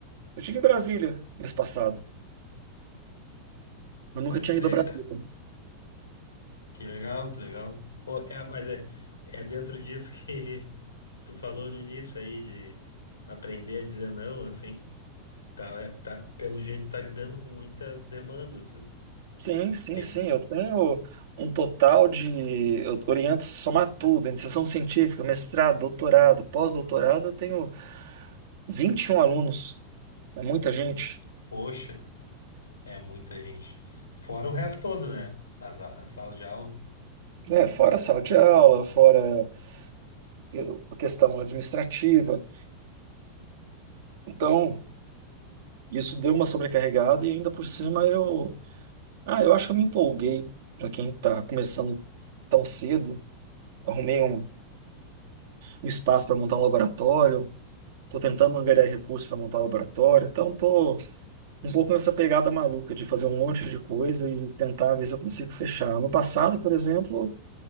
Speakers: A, on the right; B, on the left.
A: eu estive em Brasília mês passado. Eu nunca
B: Pode
A: tinha
B: crer,
A: ido ao Brasil.
B: cara. Que legal, que legal. Pô, é, mas é, é dentro disso que <laughs> tu falou no início aí, de aprender a dizer não, assim. Tá, tá, pelo jeito, tá lidando com muitas demandas.
A: Sim, sim,
B: Tem,
A: sim.
B: um,
A: Eu tenho um total de. Eu oriento somar tudo, iniciação científica, mestrado, doutorado, pós-doutorado. Eu tenho 21 alunos. É muita gente.
B: poxa, é muita gente. Fora o resto todo, né? As, a- a sala de aula.
A: É, fora sala de aula, fora eu- a questão administrativa. Então, isso deu uma sobrecarregada e ainda por cima eu. Ah, eu acho que eu me empolguei. Para quem está começando tão cedo, arrumei um um espaço para montar um laboratório. Tô tentando angariar recursos para montar laboratório, então tô um pouco nessa pegada maluca de fazer um monte de coisa e tentar ver se eu consigo fechar. Ano passado, por exemplo,